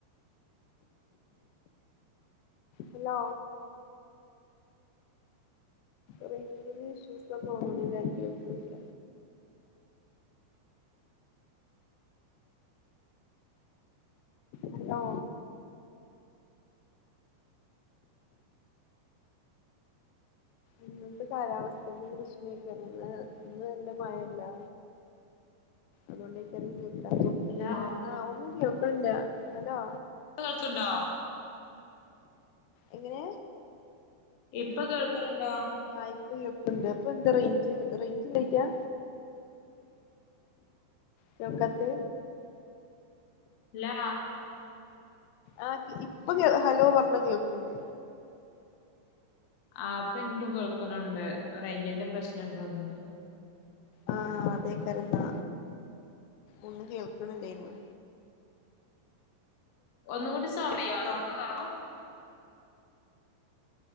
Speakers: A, on the left; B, on the left.
A: ഹലോ റേയ്ഞ്ചിന്റെ ഇഷ്യൂസാ തോന്നുണുലെ കേൾക്കിണില്ല ഹലോ ഇന്നത്തെ കാലാവസ്ഥന്റെ പ്രശ്ണേക്കാരം ന്ന് ഇന്ന് നല്ല മഴല്ലെ അതോണ്ടേക്കാരം കേക്കാത്തു
B: ലാ
A: ആഹ് ഒന്നും കേൾക്ക്ണില്ല ഹലോ
B: പ്പൊ കേൾക്ക്ണ്ടോ
A: എങ്ങനേ
B: ഇപ്പൊ കേൾക്ക്ണണ്ടോ
A: ആഹാ ഇപ്പം കേൾക്ക്ണ്ട് അപ്പൊ എന്താ റേയ്ഞ്ച് റേയ്ഞ്ചില്ലായിറ്റാ. കേൾക്കാത്തെ
B: ലോ
A: ആഹ് ഇപ്പൊ കേ ഹലോ പറഞ്ഞാ കേൾക്കണ്ട്.
B: ആഹ് അപ്പം എനിക്കും കേൾക്ക്ണ്ണ്ണ്ട് റേഞ്ചിന്റെ പ്രശ്ണംണ്ടോന്ന്ണ്ട്
A: ആഹ് അതേക്കാരംന്നാ. ഒന്നും കേൾക്ക്ണ് ഇണ്ടേയിര്ന്നു.
B: ഒന്നുംകൂടി <unintelligible> റൗണ്ട് <unintelligible>